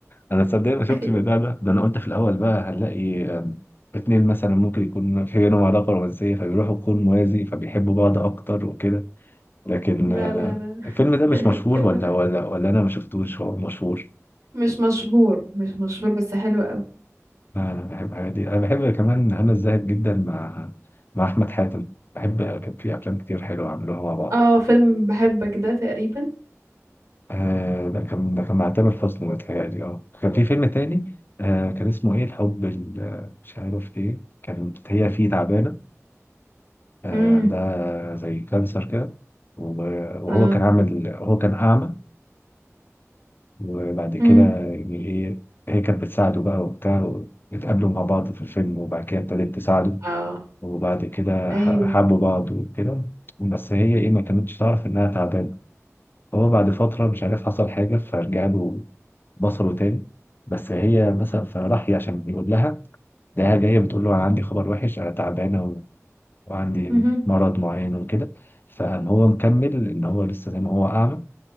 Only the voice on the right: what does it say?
أيوة.
لا
لا لا
<laughs>
فيلم
حلو.
مش مشهور مش مشهور بس حلو قوي
اه فيلم بحبك ده تقريبا
امم
اه
امم
اه
ايوه
مهم.